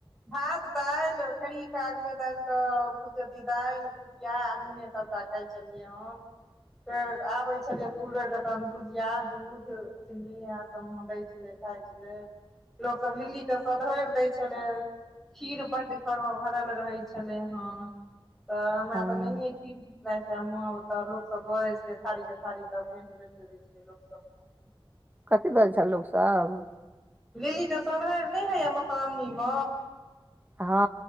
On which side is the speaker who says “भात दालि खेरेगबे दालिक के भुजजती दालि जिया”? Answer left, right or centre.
Centre